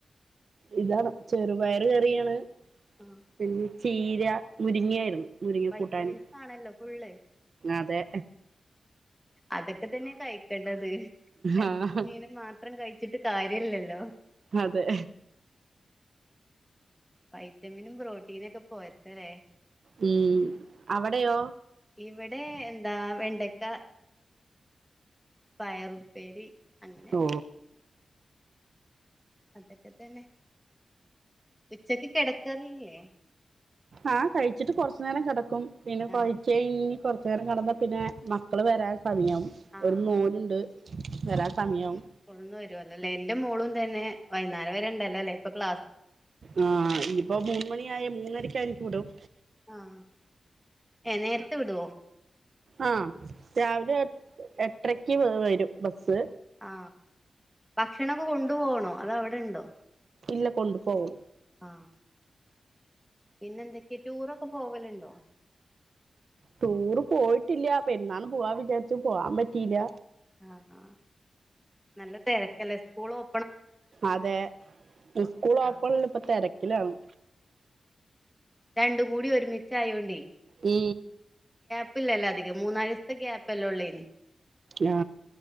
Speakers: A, on the right; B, in the centre.
A: ഇതാണ് ചെറുപയറ് കറിയാണ്.
B: ആ
A: പിന്നെ ചീര മുരിങ്ങയിരുന്നു. മുരിങ്ങ
B: വൈറ്റമിൻസ്
A: കൂട്ടാന്
B: ആണല്ലോ ഫുള്ള്
A: അതെ.
B: അതൊക്കെതന്നെ കഴിക്കണ്ടത് എർച്ചിം
A: ആഹ്
B: മീനും മാ ത്രം കഴിച്ചിട്ട് കാര്യല്ലല്ലോ.
A: അതെ.
B: വൈറ്റമീനും പ്രൊട്ടീനൊക്കെ പോര്ട്ടലെ.
A: മ് അവിടെയോ?
B: ഇവിടെ എന്താ വെണ്ടക്ക. പയറുപ്പേരി അങ്ങനെ.
A: ഓ
B: അതൊക്കെതന്നെ ഉച്ചക്ക് കിടക്കാറില്ലേ?
A: ആ കഴിച്ചിട്ട് കൊറച്ചു നേരം കിടക്കും പിന്നെ കുഴച്ചഴിഞ്ഞ്
B: ആഹ്
A: കൊറച്ചുനേരം കിടന്നാപിന്നെ മക്കള് വരാ സമയാവും
B: ആഹ്
A: ഒരു മോന്ണ്ട് വരാൻ സമയാവും.
B: അങ്ങനെ സ്കൂൾന്ന് വരുവല്ലോല്ലേ എന്റെ മോളും തന്നെ വൈന്നേരം വരെണ്ടല്ലല്ലേ ഇപ്പൊ ക്ലാ
A: ആ ഇപ്പൊ മൂന്ന് മണിയായ മൂന്നരക്കനിക്ക് വുടും.
B: ആഹ് ഏഹ് നേരത്തെ വിടുവോ
A: ആ രാവിലെ എട്ടരക്ക് വരും ബസ്.
B: ആ ഭക്ഷണംക്കെ കൊണ്ടു പോണോ അതവിടെണ്ടോ?
A: ഇല്ല കൊണ്ടു പോകും.
B: ആ പിന്നെ എന്തൊക്കെ ടൂറൊക്കെ പോവലുണ്ടോ
A: ടൂറ് പോയിട്ടില്ല അപ്പൊ എന്നാണ് പോവാ വിചാരിച്ചു പോവാൻ പറ്റിയില്ല
B: ആ ആ നല്ല തിരക്കല്ലേ സ്കൂള് ഒ
A: അതെ സ്കൂളാപ്പണ
B: ആഹ്
A: ഇപ്പൊ തിരക്കിലാണ്
B: രണ്ടു കൂടി ഒരുമിച്ച് ആയോണ്ടേ
A: ഈ
B: ഉപ്പില്ലല്ലോ അധികം മൂന്നാ ദിവസത്തെ ഗ്യാപ്പ്ല്ലേ ഉള്ള ഇനി
A: ആ